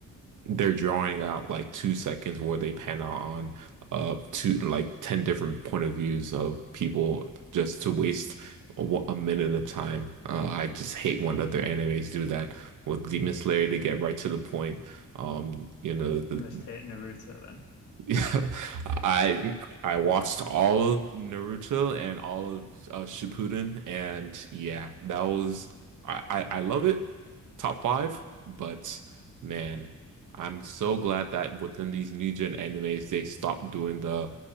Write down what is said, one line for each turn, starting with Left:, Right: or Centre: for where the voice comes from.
Right: they're drawing out like two seconds where they pan out on uh two like 10 different point of views of people just to waste a, a minute of time. Uh, I just hate when other animes do that with Demon Slayer to get right to the point. Um, you know, the
Left: You must hate Naruto then.
Right: yeah, <laughs> I I watched all of Naruto and all of uh, Shippuden, and yeah, that was I, I I love it, top five. But man, I'm so glad that within these new gen animes they stopped doing the